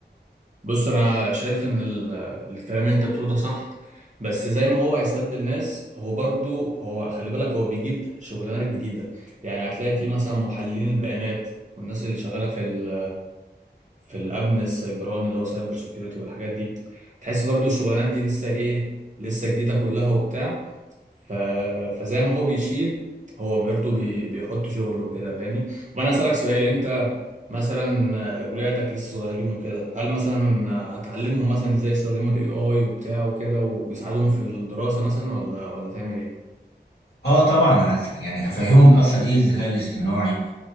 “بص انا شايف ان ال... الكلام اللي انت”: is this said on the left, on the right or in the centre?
Right